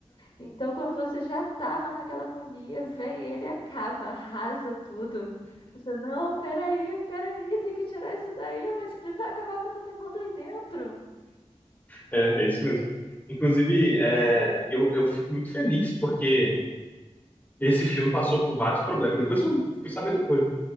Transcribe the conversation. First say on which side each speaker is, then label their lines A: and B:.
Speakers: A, on the left; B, on the left.
A: Então, quando você já tava naquela agonia, vem ele e acaba, arrasa tudo. Você, não, peraí, peraí, tem que tirar isso daí, mas ele vai acabar com todo mundo aí dentro.
B: É, é isso mesmo. Inclusive, é, eu, eu fico muito feliz porque esse filme passou por vários problemas. Depois eu fui saber depois, né?